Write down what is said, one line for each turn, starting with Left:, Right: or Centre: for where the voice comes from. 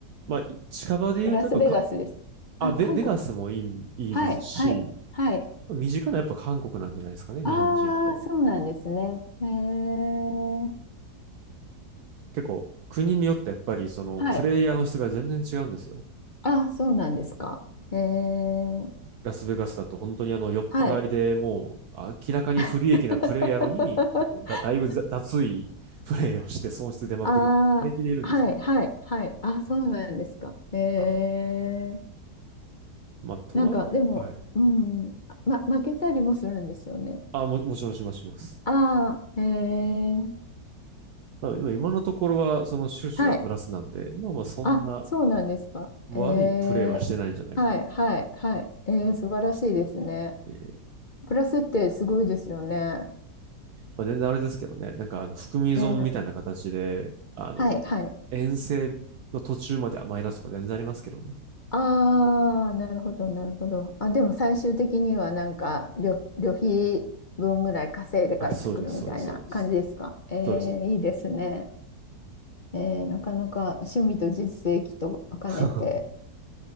Right: まあ、近場で言うと、
Left: ラスベガスです。
Right: やっぱか、あ、
Left: あ、
Right: ベ、
Left: 韓国。
Right: ベガスもいい、いいですし、
Left: はい、はい、はい。
Right: 身近なやっぱ韓国なんじゃないですかね、日本人やと。
Left: ああ、そうなんですね。えー、
Right: 結構、国によってやっぱり、その、
Left: はい。
Right: プレイヤーの質が全然違うんですよ。
Left: あ、そうなんですか。えー、
Right: ラスベガスだと本当にあの酔っ払いでもう明らかに不利益なプレイやのに結構だ、
Left: はい。<laughs>
Right: だいぶざ雑いプレイをして損失出まくるって平気でいるんですよ。
Left: ああ、はい、はい、はい。あ、そうなんですか。えー、
Right: あまあ、とはいえ、
Left: なんか、でも、
Right: はい。
Left: うん、ま、負けたりもするんですよね。
Right: あ、も、もちろんしますします。
Left: ああ、えー、
Right: ただでも今のところはその収支がプラスなんで、
Left: はい。
Right: まあまあそんな
Left: あ、そうなんですか。
Right: 悪いプレイはしてないんじゃないかな。
Left: えー、はい、はい、はい。えー、素晴らしいですね。
Right: えー
Left: プラスってすごいですよね。
Right: まあ、全然あれですけどね、なんかあの含み損みたいな形で、
Left: えー
Right: あの、
Left: はい、はい。
Right: 遠征の途中まではマイナスとか全然ありますけどね。
Left: ああ、なるほど、なるほど。あ、でも最終的にはなんか旅、旅費分ぐらい稼いで帰ってくるみたいな感じですか。
Right: あ、そうです、そうです、そうです。
Left: えー、
Right: そうです。
Left: いいですね。えー、なかなか趣味と実績と兼ねて
Right: <laughs>